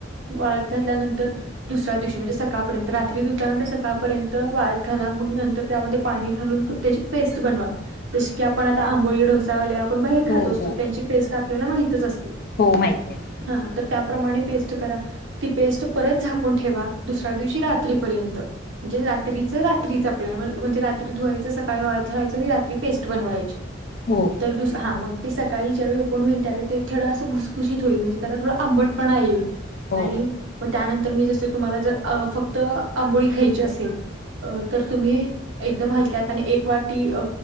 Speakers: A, on the right; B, on the left.
A: वाळत घातल्यानंतर दुसऱ्या दिवशी, म्हणजे सकाळपर्यंत, रात्री धुल्यानंतर, सकाळपर्यंत वाळत घाला, मंग नंतर त्यामध्ये पाणी घालून त्याची पेस्ट बनवा. जशी की आपण आता आंबोळी डोसावाले आपण बाहेर खातोच,
B: हो हो
A: तर त्यांची पेस्ट आपल्याला माहितच असते.
B: हो माहिती आहे.
A: हा तर त्याप्रमाणे पेस्ट करा. ती पेस्ट परत झाकून ठेवा, दुसऱ्या दिवशी रात्रीपर्यंत. म्हणजे रात्रीच रात्रीचं आपल्याला म्हणजे रात्री धुवायचं, सकाळी वाळत घालायचं आणि रात्री पेस् ट बनवायची.
B: हो
A: तर हा मग ते सकाळी ज्यावेळी ओपन होईल त्यावेळी ते थोडं असं भुसभुशीत होईल, म्हणजे त्या थडा आंबटपणा येईल.
B: हो
A: आणि मग त्यानंतर मी जसे तुम्हांला जर फक्त आंबोळी ख्यायची असेल अ तर तुम्ही एकदम हलक्या हाताने एक वाटी अ